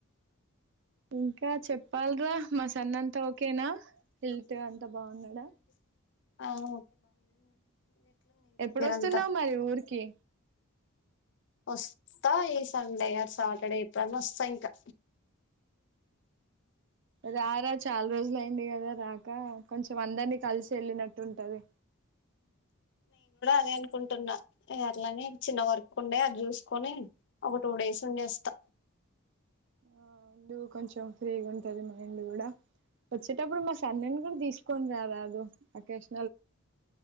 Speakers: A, on the right (about 55°); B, on the left (about 55°).
A: ఇంకా చెప్ పాల్గా మా సన్నంతా ఓకేనా వెళ్తే అంతా బాగున్నాడా
B: ఆఓ
A: ఎప్పుడుొస్తున్నావు
B: అంతా
A: మరి ఊరికి
B: వస్తా ఈ సండే ఆర్ సాటర్డే ఎప్డేనా వస్తా ఇంకా
A: రారా చాలా రోజులు అయింది కదా రాక కొంచెం అందరినీ కలిసి వెళ్ళినట్టు ఉంటది
B: అ అనుకుంటున్నా అట్లనే చిన్న వర్కు ఉండే అది చూసుకొని ఒక టూ డేస్ ఉండేది వస్తా
A: ఆ అండి కొంచెం ఫ్రీగా ఉంటది మైండ్ కూడా వచ్చటప్పుడు మా సాన్ ఇన్ తీసుకొని ర రాదు ఓక్షన్